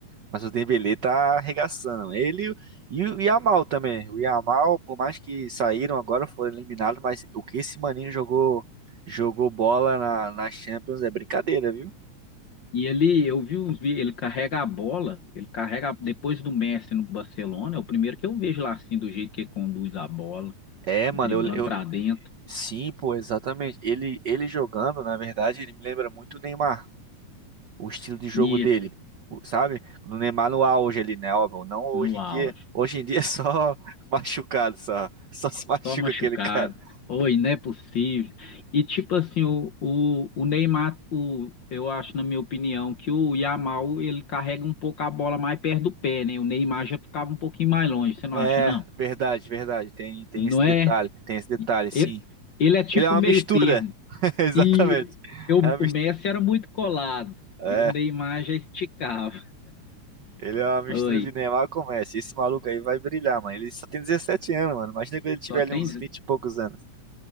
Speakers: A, on the right (about 75°); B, on the left (about 60°).
A: Mas o Dembélé tá arregaçando. Ele e o e o Yamal também. O Yamal, por mais que saíram agora, foram eliminados, mas o que esse maninho jogou jogou bola na, na Champions é brincadeira, viu?
B: E ele, eu vi uns vídeos, ele carrega a bola, ele carrega a- depois do Messi no Barcelona, é o primeiro que eu vejo lá assim, do jeito que ele conduz a bola,
A: É,
B: driblando
A: mano, eu, eu-
B: pra dentro.
A: sim, pô, exatamente. Ele ele jogando, na verdade, ele me lembra muito o Neymar, o estilo de jogo
B: Isso,
A: dele. O- Sabe? No Neymar no auge ali, né, óbvio, não hoje
B: no auge.
A: em dia. Hoje em dia é só <laughs> machucado, só, só se machuca
B: só machucado.
A: aquele cara.
B: Oi, não é possível. E tipo assim, o, o, o Neymar, o, eu acho, na minha opinião, que o Yamal ele carrega um pouco a bola mais perto do pé, né? O Neymar já ficava um pouquinho mais longe, você não
A: É,
B: acha, não?
A: verdade, verdade. Tem, tem
B: Não
A: esse
B: é?
A: detalhe, tem esse detalhe, sim.
B: Ele, ele é tipo
A: Ele é uma
B: meio
A: mistura.
B: termo.
A: <laughs> Exatamente.
B: E eu,
A: É, uma mis-
B: o Messi era muito colado
A: é,
B: e o Neymar já esticava.
A: ele é uma mistura
B: Oi,
A: de Neymar com Messi. Esse maluco aí vai brilhar, mano. Ele só tem 17 anos, mano. Imagina quando ele tiver
B: só tem.
A: ali uns 20 e poucos anos.